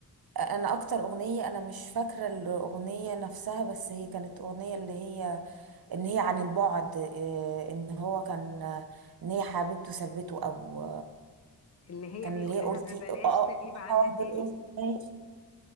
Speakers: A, on the right; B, on the left.
A: انا اكتر اغنية انا مش فاكرة الاغنية نفسها بس هي كانت اغنية اللي هي ان هي عن البعد آه، ان هو كان ان هي حبيبته سابته او
B: اللي هي
A: كان
B: بيقول
A: اللي هي
B: لها
A: قلتي
B: ما بلاش
A: اه آه،
B: تغيب
A: قلت
B: عنا
A: حاضر
B: تاني
A: قلت ماشي